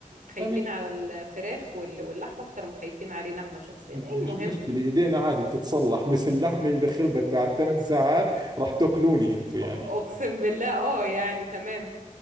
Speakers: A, on the right; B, on the right.
A: خايفين
B: فمن
A: على الفراخ وال- واللحمه اكتر ما خايفين علينا احنا شخصيا
B: مش
A: المهم
B: مشكلة ايدينا عادي بتتصلح بس اللحمة اذا خربت بعد ثمان ساعات راح تاكلوني انتو يعني
A: <laughs> اقسم بالله اه يعني تمام